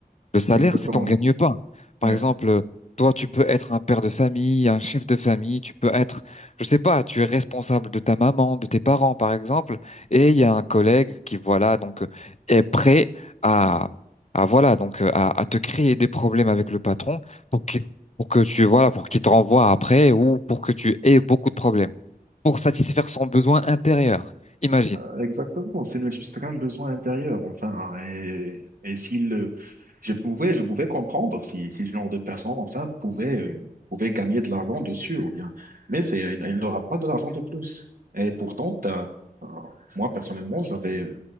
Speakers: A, on the left; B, on the right.
A: Le salaire,
B: Exactement.
A: c'est t'en gagnes pas. Par
B: Ouais.
A: exemple, euh, toi, tu peux être un père de famille, un chef de famille, tu peux être, je sais pas, tu es responsable de ta maman, de tes parents, par exemple, et il y a un collègue qui, voilà, donc, euh, est prêt à, à voilà, donc, euh, à, à te créer des problèmes avec le patron pour qu'il, pour que tu, voilà, pour qu'il te renvoie après ou pour que tu aies beaucoup de problèmes pour satisfaire son besoin intérieur. Imagine.
B: Euh, Exactement. C'est une- juste un besoin intérieur, enfin. Et, et s'il euh, Je pouvais, je pouvais comprendre si, si ce genre de personne, enfin, pouvait, euh, pouvait gagner de l'argent dessus ou bien. Mais c'est, il, il n'aura pas de l'argent de plus. Et pourtant, t'as, euh, moi, personnellement, j'avais, euh,